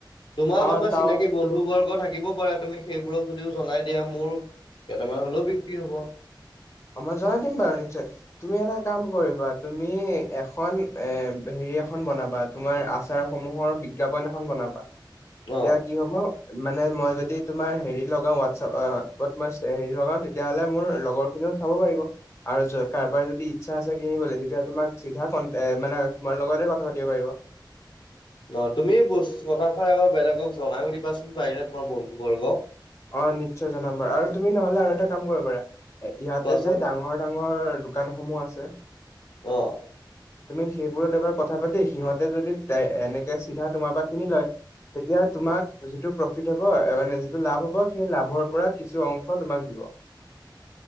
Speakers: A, on the left; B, on the left.
A: তোমাৰ
B: অ
A: কোনোবা
B: তাও
A: চিনাকি বন্ধু বৰ্গ থাকিবও পাৰে তুমি সেইবোৰক যদিও জনাই দিয়া মোৰ কেইটামান হ'লেও বিক্ৰী হ'ব
B: অ' মই জনাই দিম বাৰু নিশ্চয় তুমি এটা কাম কৰিবা, তুমি এখন এ হেৰি এখন বনা তোমাৰ আচাৰসমূহৰ বিজ্ঞাপন এখন বনবা এতিয়া
A: অ
B: কি হ'ব মানে মই যদি তোমাৰ হেৰি লগাওঁ ৱাটচপ মই হেৰি লগাওঁ তেতিয়া হ'লে মোৰ লগৰ এনেও চাব পাৰিব আৰু য কাৰোবাৰ যদি ইচ্ছা আছে কিনিবলে তেতিয়া তোমাক চিধা কন এ মানে তোমাৰ লগতে কথা পাতিব পাৰিব
A: অঁ, তুমি বস কথাষাৰ এবাৰ বেলেগক জনাইয়ো দিবাচোন পাৰিলে তোমাৰ বন্ধু বৰ্গক
B: অঁ, নিশ্চয় জনাম বাৰু আৰু তুমি নহ'লে আৰু এটা কাম কৰিব পাৰা এ ইয়াতে
A: কোৱাচোন
B: যে ডাঙৰ ডাঙৰ, দোকানসমূহ আছে
A: অঁ
B: তুমি সেইবোৰত এবাৰ কথা পাতি সিহঁতে যদি ডাই এনেকে চিধা তোমাৰ পৰা কিনি লয় তেতিয়া তোমাক যিটো প্ৰ'ফিট হ'ব মানে যিটো লাভ হ ব, সেই লাভৰ পৰা কিছু অংশ তোমাক দিব